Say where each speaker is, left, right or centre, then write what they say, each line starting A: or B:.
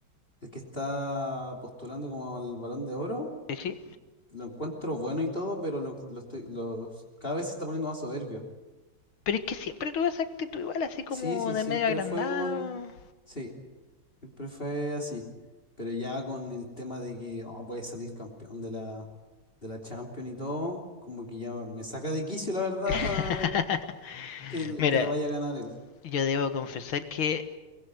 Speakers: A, on the left; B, on the left.
A: el que está postulando como el Balón de Oro,
B: Sí, sí.
A: lo encuentro bueno y todo, pero lo, lo estoy, los, cada vez se está poniendo más soberbio.
B: Pero es que siempre tuve esa actitud igual, así como
A: Sí, sí,
B: de
A: siempre
B: medio agrandado.
A: fue como alguien. Sí, siempre fue así. Pero ya con el tema de que oh, puede salir campeón de la, de la Champions y todo, como que ya me saca de quicio, la verdad,
B: <laughs>
A: <laughs> que,
B: Mira,
A: que la vaya a ganar él.
B: yo debo confesar que